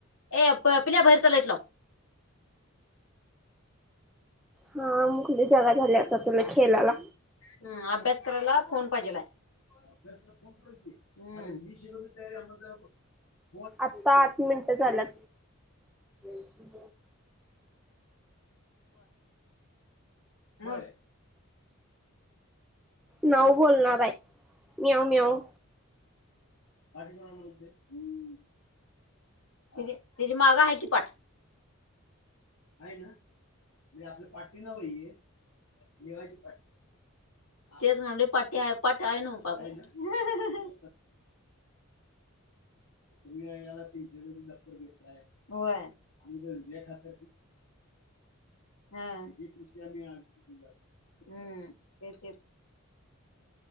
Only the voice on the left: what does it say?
ए प पिल्या बाहेरच लाईट लाव.
हम्म अभ्यास करायला फोन पाहिजेला. अभ्यास फोन करायची विष करून तयारी आम्हा
मग.
पाडचणारग हम्. ती तिजी माग आहे की पाठ. आहे ना म्हणजे आपलं पाठी नव ये लिवायची पाठी. तेच म्हणालो पाटी पाट आय नू पाक अहं अहं. तुम्ही याला तीनशे रुपये दफ्तर देताय, होय. आणि यूरिया खात हा. विजय कृषी हम्म. ते तेच.